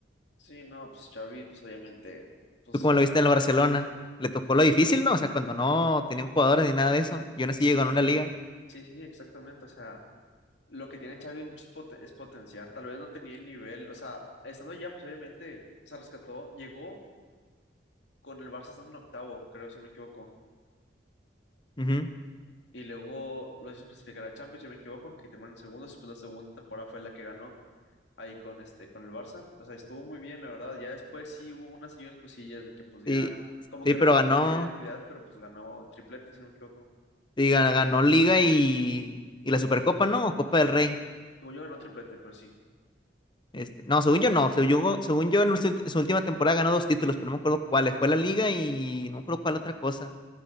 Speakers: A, on the left; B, on the left.
A: Sí, no, pues Xavi, pues obviamente, pues
B: Tú como lo viste en el Barcelona, le tocó lo difícil, ¿no? O sea, cuando no tenían jugadores ni nada de eso, y aún así
A: sí,
B: llegó a una
A: no,
B: liga.
A: sí, sí, sí, exactamente, o sea, lo que tiene Xavi es mucho es, poten- es potenciar, tal vez no tenía el nivel, o sea, estando ya, pues obviamente, o sea, rescató, llegó con el Barça estando en octavo, creo, si no me equivoco.
B: Ujú.
A: Y luego los hizo clasificar a Champions, si no me equivoco, que terminaron en segundos. Después la segunda temporada fue la que ganó ahí con este, con el Barça. O sea, estuvo muy bien, la verdad. Ya después sí hubo unas y unas cosillas de que pues
B: Sí,
A: ya como
B: sí,
A: que de
B: pero
A: repente
B: ganó.
A: perdió identidad, pero pues ganó triplete, si no me equivoco.
B: Y gan- ganó Liga y, y la Supercopa, ¿no? O Copa del Rey.
A: Según yo ganó triplete, pero sí.
B: Este, no, según yo no. Según yo, según yo en su, en su última temporada ganó dos títulos, pero no me acuerdo cuáles. Fue la Liga y no me acuerdo cuál otra cosa.